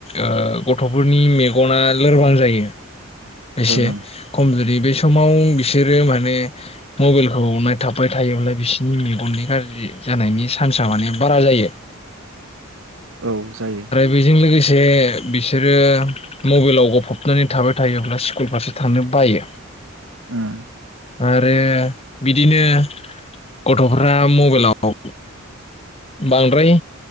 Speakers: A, on the left; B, on the right.
A: ओ गथ'फोरनि मेगना लोरबां जायो। एसे
B: ओं
A: खमजुरि बेै समाव बिसोरो माने मबाइलखौ नायथाबबाय थायोब्ला बिसोरनि मेगननि गाज्रि जानायनि चान्सा माने बारा जायो।
B: औ जायो।
A: बेजों लोगोसे बिसोरो मबाइलाव गबफबनानै थाबाय थायोब्ला स्कुल फारसे थांनो बायो।
B: ओम
A: आरो बिदिनो गथ'फ्रा मबाइलाव बांद्राय